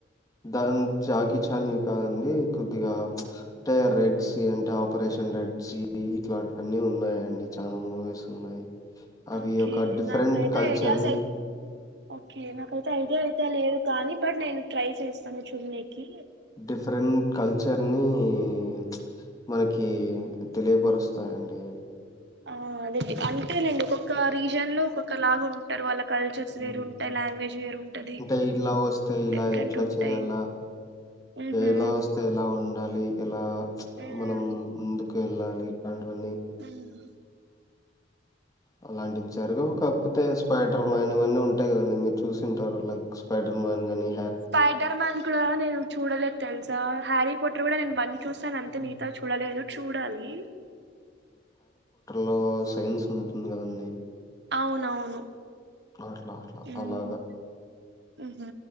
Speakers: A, on the left (about 20°); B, on the right (about 65°).
A: దాన్ జాకి చాన్వి కాదండి. కొద్దిగా అంటే రెడ్. సి. అంటే ఆపరేషన్ రెడ్. సి. ఇట్లాంటివన్నీ ఉన్నాయండి. చానా మూవీస్ ఉన్నాయి. అవి
B: ఓకే
A: ఒక డిఫరెంట్
B: నాకైతే
A: కల్చర్
B: ఐడియాస్
A: ని
B: అయి ఓకే నాకైతే ఐడియా అయితే లేదు కాని! బట్ నేను ట్రై చేస్తాను. చున్నీకి
A: డిఫరెంట్ కల్చర్ ని హ్మ్ మనకి తెలియపరుస్తాయి అండి.
B: ఆ అదేది అంతే లేండి ఒకోక్క రీజన్ లో ఒకొక్క ఒక లాగా ఉంటారు వాళ్ళ కల్చర్స్
A: హ్
B: వేరు ఉంటాయి లాంగ్వేజ్ వేరు ఉంటది
A: అంటే ఇట్లా వస్తే ఇలా
B: డిఫరెంట్
A: ఎట్లా
B: ఉంటాయి
A: చేయాలా
B: ఉహు
A: ఎలా వస్తే ఎలా ఉండాలి. ఎలా
B: ఉమ్,
A: మనం ముందుకు ఏళ్ళలీ <unintelligible> అన్నీ
B: ఉమ్.
A: అలాంటివి జరగవు కాకపోతే స్పైడర్ మ్యాన్ ఇవన్నీ ఉంటాయి. కదండి మీరు చూసింటారు లైక్ స్పైడర్ మ్యాన్ గని
B: స్పైడర్ మ్యాన్ కూడా నేను చూడలేదు తెలుసా హ్యారీ పోట్ టార్ కూడా నేను పం చూస్తాను అంతే
A: ఆ!
B: మిగతా చూడలేదు చూడాలి.
A: లో సైన్స్ ఉంటుంది కదండి.
B: అవునవును
A: అట్లా అట్లా
B: హ్మ్
A: అలాగా.
B: హ్ హు